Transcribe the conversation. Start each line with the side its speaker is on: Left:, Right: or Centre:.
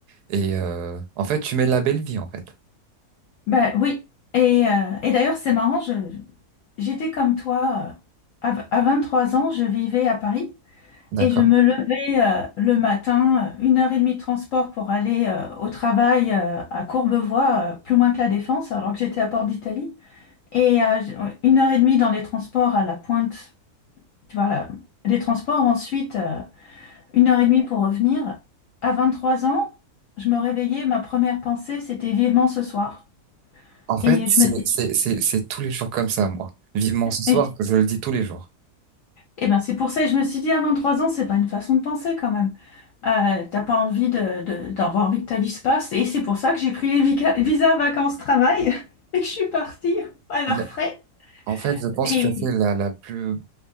Right: et euh, en fait, tu mets la belle vie en fait.
Left: Bah oui. Et, euh, et d'ailleurs, c'est marrant, je, j'étais comme toi, euh, à, à trois ans, je vivais à Paris.
Right: D'accord.
Left: Et je me levais euh, le matin, euh, une heure et demie de transport pour aller euh, au travail euh, à Courbevoie, euh, plus loin que la Défense, alors que j'étais à Port d'Italie. Et euh, j- une heure et demie dans les transports à la pointe, tu vois, là, des transports. Ensuite, euh, une heure et demie pour revenir. À 23 ans, je me réveillais, ma première pensée, c'était vivement ce soir.
Right: En fait,
Left: Et
Right: c'est,
Left: je me dis,
Right: c'est, c'est, c'est tous les jours comme ça, moi. Vivement ce soir,
Left: mais
Right: je le dis tous les jours.
Left: Eh ben, c'est pour ça que je me suis dit, à 23 ans, c'est pas une façon de penser quand même. Euh, t'as pas envie de, de- d'avoir envie que ta vie se passe. Et c'est pour ça que j'ai pris les vica- visas vacances-travail <laughs> et que je suis partie à leurs
Right: Bon,
Left: frais.
Right: En fait, je pense
Left: Et
Right: que tu as fait la, la plus